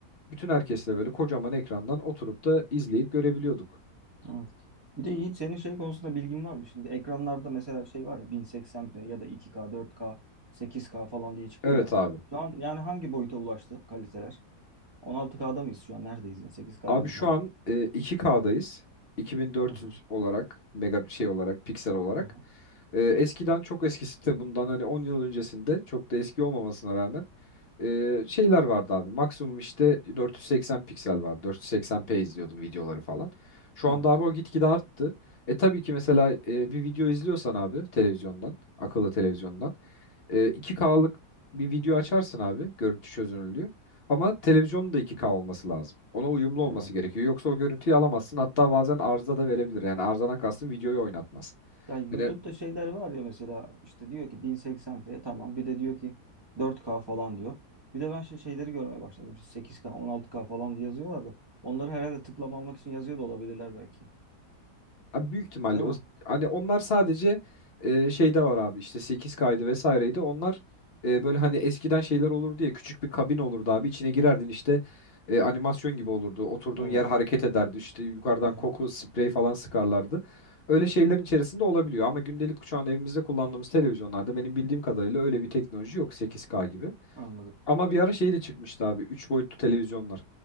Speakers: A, on the left (about 40°); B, on the right (about 15°).
A: bütün herkesle böyle kocaman ekrandan oturup da izleyip görebiliyorduk.
B: Evet. Bir de Yiğit senin şey konusunda bilgin var mı? Şimdi ekranlarda mesela şey var ya 1080p ya da 2K, 4K, 8K falan diye çıkıyor
A: Evet
B: ya.
A: abi.
B: Şu an yani hangi boyuta ulaştı kaliteler? 16K'da mıyız şu an? Neredeyiz yani? 8K'da
A: Abi
B: mı
A: şu
B: kaldık?
A: an e, 2K'dayız. 2400
B: Hı hı.
A: olarak, mega şey olarak, piksel olarak.
B: Hı hı.
A: E, eskiden çok eskisi de bundan hani 10 yıl öncesinde çok da eski olmamasına rağmen e, şeyler vardı abi. Maksimum işte 480 piksel vardı. 480p izliyordum videoları falan. Şu
B: Evet.
A: anda abi o gitgide arttı. E tabii ki mesela e, bir video izliyorsan abi televizyondan, akıllı televizyondan e, 2K'lık bir video açarsın abi görüntü çözünürlüğü. Ama televizyonun da iki k olması lazım. Ona uyumlu olması
B: Evet.
A: gerekiyor. Yoksa o görüntüyü alamazsın. Hatta bazen arıza da verebilir. Yani arızadan kastım videoyu oynatmaz.
B: Ya YouTube'da
A: Hani
B: şeyler var ya mesela işte diyor ki 1080p tamam bir de diyor ki 4K falan diyor. Bir de ben şimdi şeyleri görmeye başladım. İşte 8K, 16K falan diye yazıyorlar da onları herhalde tıklama almak için yazıyor da olabilirler belki.
A: Abi büyük ihtimalle
B: Değil
A: o
B: mi?
A: hani onlar sadece e, şeyde var abi işte 8 kaydı vesaireydi. Onlar e, böyle hani eskiden şeyler olurdu ya küçük bir kabin olurdu abi içine girerdin işte e, animasyon gibi olurdu. Oturduğun
B: Evet.
A: yer hareket ederdi işte yukarıdan
B: Aha,
A: koku sprey falan sıkarlardı. Öyle şeylerin içerisinde olabiliyor ama gündelik şu an evimizde kullandığımız televizyonlarda benim bildiğim kadarıyla öyle bir teknoloji yok sekiz k gibi.
B: anladım.
A: Ama bir ara şey de çıkmıştı abi. üç boyutlu televizyonlar.